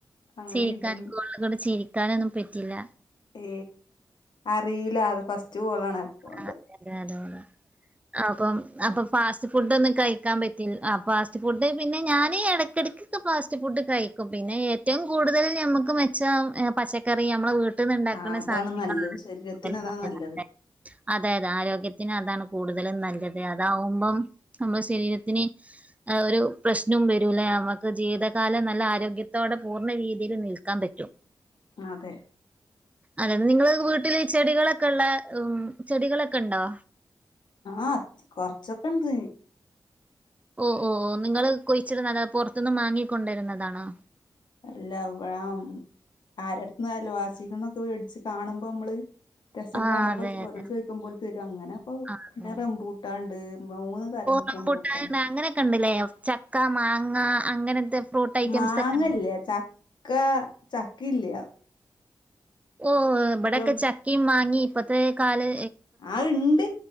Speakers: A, on the left; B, on the right.
A: അങ്ങനെയുണ്ടനി
B: ചിരിക്കാൻ <unintelligible> കൂടെ ചിരി കിട്ടാനൊന്നും പെറ്റില്ല
A: ഏ അറിയില്ല അത് ഫസ്റ്റ് കോളാണ് അതുകൊണ്ട്
B: ആഹ് അതെ അതെ അതെ അപ്പം അപ്പൊ ഫാസ്റ്റ് ഫുഡ് ഒന്നും കഴിക്കാൻ പറ്റില്ല ആ ഫാസ്റ്റ് ഫുഡ് പിന്നെ ഞാനൻ ഇടക്കിടക്ക് ഫാസ്റ്റ് ഫുഡ് കഴിക്കും പിന്നെ ഏറ്റവും കൂടുതൽ നമുക്ക് മെച്ച പച്ചക്കറി നമ്മളെ വീട്ട വീട്ടന്ന്ണ്ടാക്കുന്ന
A: ആഹ് അതാണ്
B: സാധനങ്ങളാണ്
A: നല്ലത് ശരീരത്തിന്
B: <unintelligible>
A: അതാ നല്ലത്
B: അതെതെ ആരോഗ്യത്തിന് അതാണ് കൂടുതലും നല്ലത് അതാവുമ്പം. നമ്മുടെ ശരീരത്തിനന് ഒരു പ്രശ്നവും വരൂല്ല നമുക്ക് ജീവിതകാലം നല്ല ആരോഗ്യത്തോടെ പൂർണ്ണ രീതിയിൽ നിൽക്കാൻ പറ്റും
A: അതെ
B: അതെ നിങ്ങള് വീട്ടില് ചെടികളൊക്കെ ഉള്ള ഉ ചെടികളൊക്കെ ഉണ്ടോ
A: ആഹ് കൊറച്ചൊക്കെ ഉണ്ട്
B: ഓ ഓ ഓ നിങ്ങൾ കൊഴിച്ചിരുന്നല്ല പുറത്തൊന്നും വാങ്ങിക്കണ്ടുവരുന്നതാണോ
A: അല്ല വാം ആരുടുത്തന്ന്ല്ല വസികന്നൊക്കെ മേടച്ച് കാണുമ്പോ നമ്മള് രസം
B: ആഹ്
A: കാണുമ്പോൾ
B: അതെ അതെ
A: ഒരോട് ചോദിക്കുമ്പോലെ തരും അങ്ങനെ അപ്പൊ
B: ആഹ് അതെ
A: പിന്നെ റംമ്പൂട്ട ഉണ്ട് മൂന്ന് തരം
B: റംപൂട്ടാൻ
A: റംബൂട്ടാൻ
B: അങ്ങനെയൊക്കെ ഉണ്ടല്ലേ ചക്ക മാങ്ങ അങ്ങനത്തെ ഫ്രൂട്ട് ഐറ്റംസ്
A: മാങ്ങ
B: ഒക്കെ ഉണ്ട്.
A: ഇല്ല്യ ചക്ക ചക്ക ഇല്യ
B: ഓ ഇവിടെൊക്കെ
A: റം
B: ചക്കയും മാങ്ങയും ഇപ്പത്തെ കാല്
A: ആ ഇണ്ട്